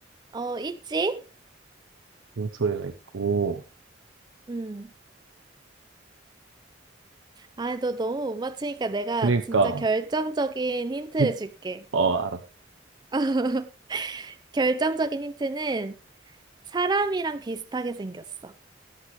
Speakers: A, on the right; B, on the right.
A: 어, 있지?
B: 이런 소리가 있고,
A: 음. 아, 너 너무 못 맞추니까 내가
B: 그러니까,
A: 진짜 결정적인 힌트를
B: 피-
A: 줄게.
B: 어, 알았어.
A: <laughs> 결정적인 힌트는 사람이랑 비슷하게 생겼어.